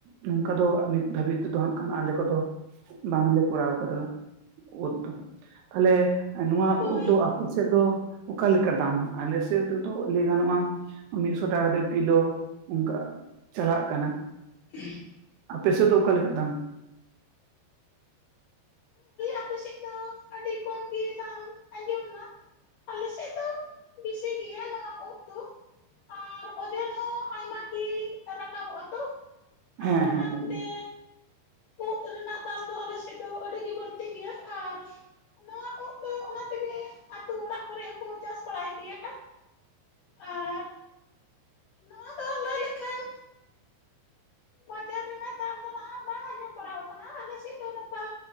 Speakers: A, on the right (about 75°); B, on the left (about 70°).
A: ᱱᱚᱝᱠᱟ ᱫᱚ ᱱᱤᱛ ᱫᱷᱟᱹᱵᱤᱡ ᱛᱮᱫᱚ ᱦᱟᱸᱜ ᱠᱷᱟᱱ ᱟᱞᱮ ᱠᱚᱫᱚ ᱵᱟᱝᱞᱮ ᱠᱚᱨᱟᱣ ᱠᱟᱫᱟ ᱩᱫ ᱫᱚ ᱛᱟᱦᱞᱮ ᱮᱸ ᱱᱚᱣᱟ
B: ᱦᱳᱭ
A: ᱩᱫ ᱫᱚ ᱟᱯᱮ ᱥᱮᱫ ᱫᱚ ᱚᱠᱟ ᱞᱮᱠᱟ ᱫᱟᱢ? ᱟᱞᱮ ᱥᱮᱫ ᱨᱮᱫᱚ ᱞᱟᱹᱭ ᱜᱟᱱᱚᱜᱼᱟ ᱢᱤᱜᱥᱚ ᱴᱟᱠᱟ ᱠᱟᱛᱮ ᱠᱤᱞᱳ ᱚᱝᱠᱟ᱾ ᱪᱟᱞᱟᱜ ᱠᱟᱱᱟ᱾
B: <inaudible>
A: ᱟᱯᱮ ᱥᱮᱜ ᱫᱚ ᱚᱠᱟ ᱞᱮᱠᱟ ᱫᱟᱢ?
B: ᱟᱯᱮᱥᱮᱜ ᱫᱚ ᱟᱹᱰᱤ ᱠᱚᱢ ᱜᱮ ᱫᱟᱢ ᱟᱸᱡᱚᱢ ᱱᱟ᱾ ᱟᱞᱮ ᱥᱮᱫ ᱫᱚ ᱵᱤᱥᱤ ᱜᱮᱭᱟ ᱱᱚᱣᱟ ᱩᱫ ᱫᱚ ᱟᱨ ᱚᱡᱚᱱ ᱦᱚᱸ ᱟᱭᱢᱟᱜᱤ ᱨᱟᱠᱟᱵᱚᱜᱼᱟ ᱛᱚ ᱟᱫᱚ
A: ᱦᱮᱸ ᱦᱮᱸ
B: ᱚᱱᱟᱛᱮ ᱩᱫ ᱨᱮᱱᱟᱜ ᱫᱟᱢ ᱫᱚ ᱟᱞᱮ ᱥᱮᱫ ᱫᱚ ᱟᱹᱰᱤ ᱜᱮ ᱵᱟᱹᱲᱛᱤ ᱜᱮᱭᱟ ᱟᱨ ᱱᱚᱣᱟ ᱩᱫ ᱫᱚ ᱚᱱᱟ ᱛᱮᱜᱮ ᱟᱛᱩ ᱚᱲᱟᱜ ᱠᱚᱨᱮ ᱦᱚᱸᱠᱚ ᱪᱟᱥ ᱵᱟᱲᱟᱭ ᱜᱮᱭᱟ᱾ ᱟᱨ ᱱᱚᱣᱟ ᱫᱚ ᱞᱟᱹᱭ ᱞᱮᱠᱷᱟᱱ ᱵᱟᱡᱟᱨ ᱨᱮᱱᱟᱜ ᱫᱟᱢ ᱫᱚ ᱱᱟᱦᱟᱜ ᱵᱟᱝ ᱟᱸᱡᱚᱢ ᱵᱟᱲᱟᱣ ᱠᱟᱱᱟ ᱟᱞᱮ ᱥᱮᱫ ᱫᱚ ᱱᱚᱝᱠᱟ